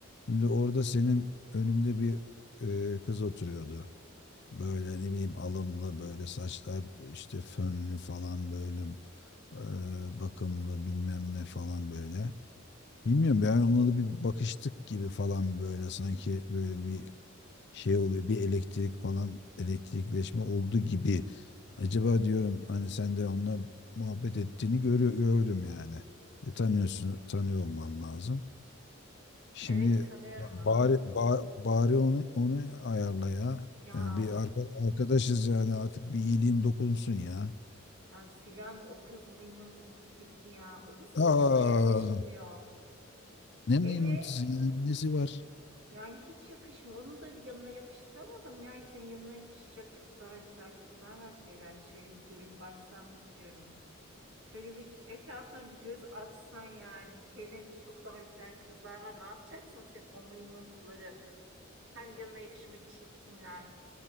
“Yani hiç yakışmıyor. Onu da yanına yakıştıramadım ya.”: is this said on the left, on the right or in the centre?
Right